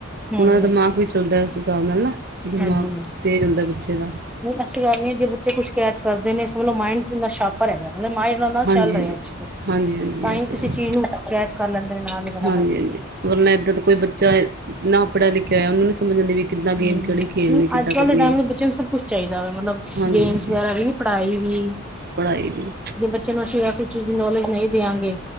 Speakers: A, in the centre; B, on the right.
A: ਹਾਂਜੀ
B: ਉਹਨਾਂ ਦਾ ਦਿਮਾਗ ਵੀ ਚੱਲਦਾ ਉਸ ਹਿਸਾਬ ਨਾਲ ਨਾ ਦਿਮਾਗ
A: ਹਾਂਜੀ
B: ਤੇਜ਼ ਹੁੰਦਾ ਬੱਚੇ ਦਾ
A: ਨਹੀਂ ਐਸੀ ਐਵੇਂ ਨਹੀਂ ਜੇ ਬੱਚੇ ਕੁਛ ਕੈਚ ਕਰਦੇ ਨੇ ਸਾਨੂੰ ਮਾਇੰਡ ਸ਼ੱਕ ਮਾਇੰਡ ਉਹਨਾਂ ਦਾ
B: ਹਾਂਜੀ
A: ਚੱਲ ਰਿਹਾ ਅੱਜ ਕੱਲ
B: ਹਾਂਜੀ ਹਾਂਜੀ ਹਾਂਜੀ
A: ਤਾਂ ਹੀ
B: ਇਹ ਤੇ
A: ਕਿਸੇ
B: ਹੈ
A: ਚੀਜ਼ ਨੂੰ ਕੈਚ ਕਰ ਲੈਂਦੇ ਨਾਲ ਹੀ ਫਟਾਫਟ
B: ਹਾਂਜੀ ਹਾਂਜੀ ਵਰਨਾ ਕੋਈ ਇਨਾ ਕੋਈ ਬੱਚਾ ਨਾ ਪੜ੍ਹਿਆ ਲਿਖਿਆ ਹੋਇਆ ਉਹਨੂੰ ਨੀ ਸਮਝ ਆਉਂਦੀ ਵੀ ਕਿੱਦਾਂ ਗੇਮ
A: ਹੂ
B: ਕਿਹੜੀ ਖੇਲਣੀ ਕਿੱਦਾਂ
A: ਅੱਜ ਕੱਲ
B: ਕਰਨੀ
A: ਦੇ ਟਾਈਮ
B: ਹੈ
A: ਦੇ ਬੱਚਿਆਂ ਨੂੰ ਸਭ ਕੁਛ ਚਾਹੀਦਾ ਵੇ ਮਤਲਬ
B: ਹਾਂਜੀ
A: ਗੇਮਸ
B: ਹਾਂਜੀ
A: ਵਗੈਰਾ ਵੀ ਪੜ੍ਹਾਈ ਵੀ
B: ਪੜ੍ਹਾਈ ਵੀ।
A: ਜੇ ਬੱਚੇ ਨੂੰ ਅਸੀਂ ਸਭ ਕੁਛ ਚੀਜ਼ ਦੀ ਨੌਲੇਜ ਨਹੀਂ ਦਿਆਂਗੇ।